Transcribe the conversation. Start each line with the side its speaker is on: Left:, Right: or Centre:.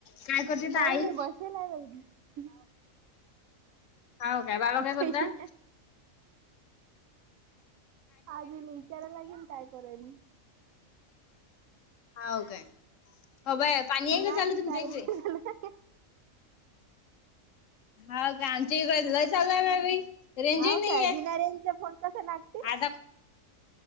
Left: काय करते
Right: काही
Left: तर आई
Right: नाही बसेल बाई
Left: हो काय बाबा काय
Right: काही
Left: करत
Right: आगे विचारा लागेल काय करायला
Left: हो काय हो बाय पाणी आहे
Right: नाही
Left: का चालू तुमच्या
Right: ताई
Left: इथे हा का आमची इकडे ल चालय ना रेंजही
Right: हाव
Left: नाही
Right: काय
Left: आहे
Right: बिना रेंजचा फोन कसा लागते
Left: आता